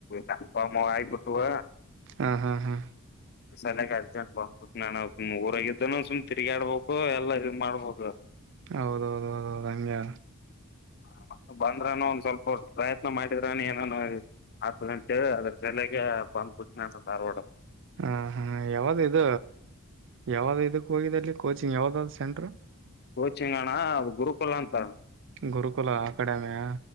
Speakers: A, on the left; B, on the right.
A: ಕಾಲ್ ಫಾರ್ಮ್ ಆಗಿ ಬಿಟ್ಟವು.
B: ಹಾ ಹಾ ಹಾ
A: ಹ ಸಲ್ಯಾಕೆ ಅರ್ಜೆಂಟ್ ಬಂದ್ ಬುಟ್ಟಣ್ಣನ ಸುಮ್ ಊರಾಗ ಇದ್ದನು ಸುಮ್ ತಿರ್ಗಾಡ್ಬೇಕು ಎಲ್ಲಾ ಇದ ಮಾಡ್ಬಬೇಕ.
B: ಹೌದೌದ ಹೌದೌದು ಹಂಗೆ ಆದ.
A: ಬಾಬಾ. ಬಂದ್ರಾನ ಒಂದ್ ಸ್ವಲ್ಪ ಪ್ರಯತ್ನ ಮಾಡಿದ್ರಾನ ಏನನ ಆಗ್ತದ ಅಂತ್ ಹೇಳ್ಯ ಅದರ್ ಸಲ್ಯಾಗೆ. ಬಂದ್ ಪುಟ್ಟನ್ಯ ಸ್ವಲ್ಪ್ ದಾರವಾಡಕ್ಕ.
B: ಹ ಹಾ ಯಾವ್ದ ಇದ ಯಾವ್ದ ಇದಕ್ ಹೋಗಿದಲ್ಲಿ ಕೋಚಿಂಗ್ ಯಾವ್ದ ಅದ ಸೆಂಟ್ರ
A: ಕೋಚಿಂಗಣ ಅದು ಗುರುಕುಲ ಅಂತ.
B: ಗುರುಕುಲ ಅಕಾಡೆಮಿಯ.